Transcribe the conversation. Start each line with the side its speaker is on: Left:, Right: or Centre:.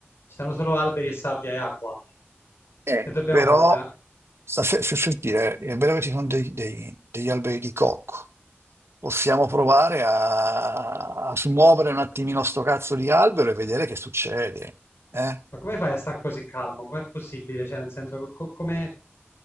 Left: Ci stanno solo alberi e sabbia e acqua.
Right: Eh,
Left: Che dobbiamo
Right: però,
Left: fare? Dobbiamo-
Right: sta fe- fe- fe- dire, è vero che ci sono dei- dei- degli alberi di cocco. Possiamo provare a, a smuovere un attimino sto cazzo di albero e vedere che succede. eh?
Left: Ma come fai a stare così calmo? Com'è possibile? Cioè, nel senso, co- co- come...